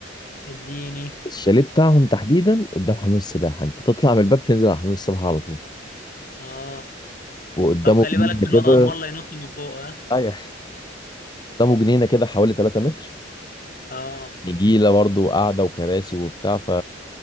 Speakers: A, on the left; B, on the left.
A: اديني
B: الشاليه بتاعهم تحديدا قدام حمام السباحة انت تطلع من الباب تنزل على حمام السباحة على طول
A: اه
B: وقدامه
A: طب خلي
B: جنينة
A: بالك من
B: كده
A: الوضع عمال لا ينط من فوق ها
B: ايوه قدامه جنينة كده حوالي 3 متر
A: اه
B: نجيله برضو وقعده وكراسي وبتاع ف